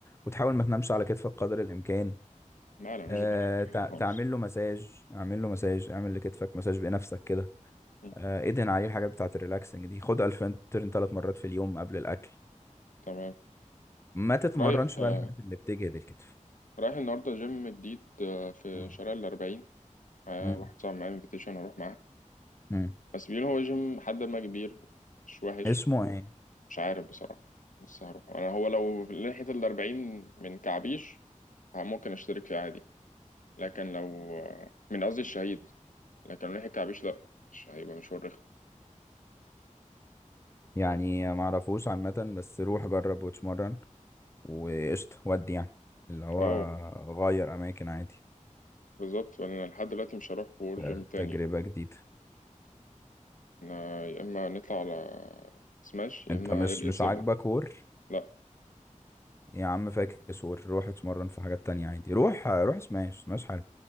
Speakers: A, on the left; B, on the left.
A: وتحاول ما تنامش على كتفك قدر الإمكان
B: لا لا مش
A: أه
B: بنعمل الحاجات
A: تع-
B: دي خالص
A: تعمل له مساج اعمل له مساج اعمل لكتفك مساج بنفسك كده
B: مم.
A: أه ادهن عليه الحاجات بتاعة الريلاكسنج دي خد الفنترين ثلاث مرات في اليوم قبل الأكل
B: تمام
A: ما تتمرنش
B: رايح آه،
A: بقى الحاجات اللي بتجهد الكتف
B: رايح النهارده جيم جديد آه، في
A: مم.
B: شارع الأربعين آه،
A: مم.
B: واحد صاحبي معايا انفيتيشن اروح معاه
A: مم.
B: بس بيقول هو جيم حد ما كبير مش وحش
A: اسمه ايه
B: مش عارف بصراحه لسه هروح انا هو لو لحقت الأربعين من كعبيش اه ممكن اشترك فيه عادي لكن لو من قصدي الشهيد لكن لو ناحية كعبيش لا مش هيبقى مشوار رخم
A: يعني ما اعرفوش عامة بس روح جرب واتمرن وقشطة ودي يعني اللي هو
B: اه
A: غير أماكن عادي
B: بالظبط فانا لحد دلوقتي مش هروح وور
A: ت-
B: جيم تاني
A: تجربة جديدة
B: انا يا اما نطلع على سماش يا
A: أنت
B: اما
A: مش
B: ال اي
A: مش
B: 7
A: عاجبك وور
B: لا
A: يا عم فاكس وور روح اتمرن في حاجات تانية عادي روح روح سماش سماش حلو